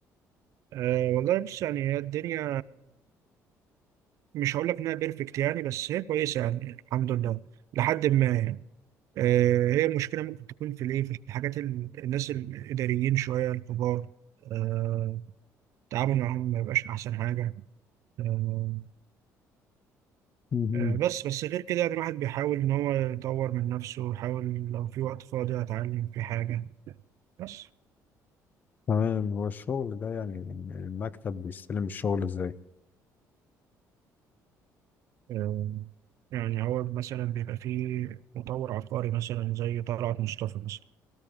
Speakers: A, on the right; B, on the left.
A: آه، والله بص يعني هي الدنيا مش هقول لك انها بيرفكت يعني بس هي كويسه يعني الحمد لله لحد ما يعني. آه، هي المشكلة ممكن تكون في الإيه في الحاجات ال- الناس الإداريين شوية الكبار آه، التعامل معاهم ما يبقاش أحسن حاجة آه،
B: مهم.
A: آه، بس بس غير كده يعني الواحد بيحاول إن هو يطور من نفسه يحاول لو في وقت فاضي أتعلم في حاجة بس
B: تمام هو الشغل ده يعني المكتب بيستلم الشغل ازاي
A: آه، يعني هو مثلا بيبقى فيه مطور عقاري مثلا زي طلعت مصطفى مثلا